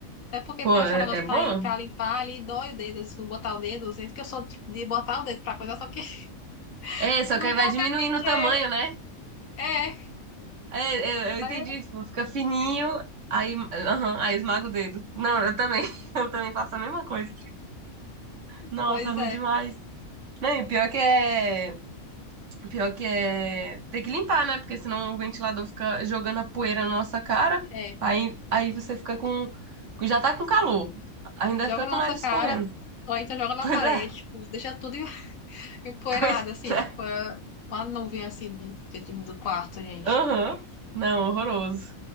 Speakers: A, on the left; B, on the right.
A: Até porque
B: Pô,
A: para
B: é,
A: achar um negócio
B: é bom?
A: para pra limpar ali, dói o dedo. Às vezes, quando botar o dedo, às vezes, porque eu sou de botar o dedo para coisa, só que <laughs>
B: É, só
A: não
B: que aí
A: dá
B: vai diminuindo
A: pra piqueira.
B: o tamanho, né?
A: É,
B: É, é,
A: aí-
B: eu entendi, tipo, fica fininho, aí, aham, aí esmaga o dedo. Não, eu também, <laughs> eu também faço a mesma coisa. Nossa,
A: pois
B: ruim
A: é,
B: demais. Não, e pior que é. Pior que é. Tem que limpar, né? Porque senão o ventilador fica jogando a poeira na nossa cara.
A: é.
B: Aí, aí você fica com. Já tá com calor. Ainda
A: Joga
B: fica
A: na
B: com o
A: nossa
B: nariz
A: cara,
B: escorrendo.
A: ou então joga na
B: Pois
A: parede,
B: é,
A: tipo, deixa tudo em- <laughs> empoeirado,
B: <laughs> pois
A: assim,
B: é.
A: tipo, é uma nuvem, assim, de- dentro do quarto, gente.
B: Aham. Não, horroroso.